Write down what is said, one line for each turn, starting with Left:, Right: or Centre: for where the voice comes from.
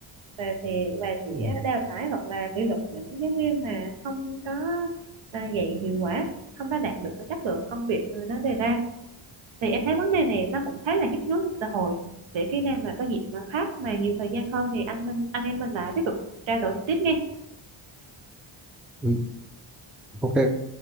Right: và thì và sẽ
Centre: Ừ.
Right: đào thải hoặc là kỷ luật những giáo viên mà không có à, dạy hiệu quả không có đạt được cái chất lượng công việc ờ, nó đề ra thì em thấy vấn đề này nó cũng khá là nhức nhối trong xã hội để khi nào mà có dịp mà khác mà nhiều thời gian hơn thì anh minh anh em mình lại tiếp tục trao đổi tiếp nghe
Centre: Ừ. Ok